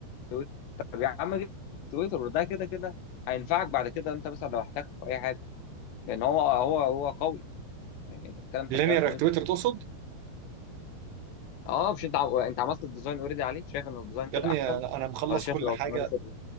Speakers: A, on the left; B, on the right.
A: تويتر طب يا عم جيب تويتر وده كده كده هينفعك بعد كده انت مثلا لو احتجته في اي حاجه لان هو هو هو قوي يعني انت بتتكلم
B: لينير
A: 3000 نيوتن
B: اكتويتر تقصد
A: اه مش انت ع- انت عملت الديزاين اوريدي عليه شايف ان الديزاين كده
B: يا ابني
A: احسن
B: انا مخلص
A: ولا شايف
B: كل
A: لو
B: حاجه
A: تعمله سيرفر